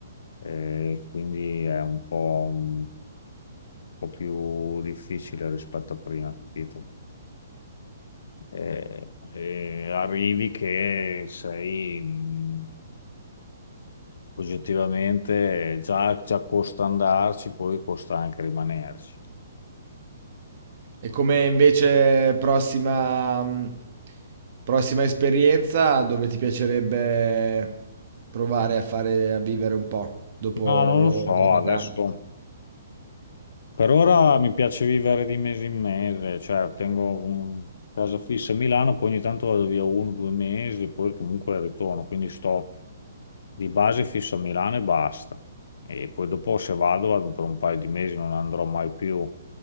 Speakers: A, on the left (about 65°); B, on the right (about 50°).
A: eh, quindi è un po', un po' più difficile rispetto a prima, capito? E, e arrivi che sei mh, oggettivamente già, già costa andarci, poi costa anche rimanerci.
B: E come invece prossima, mh, prossima esperienza dove ti piacerebbe provare a fare, a vivere un po' dopo
A: No, non
B: Londra,
A: lo so,
B: Milano?
A: adesso per ora mi piace vivere di mese in mese, cioè tengo un- casa fissa a Milano, poi ogni tanto vado via uno, due mesi, poi comunque ritorno, quindi sto di base fisso a Milano e basta. E poi dopo se vado, vado per un paio di mesi, non andrò mai più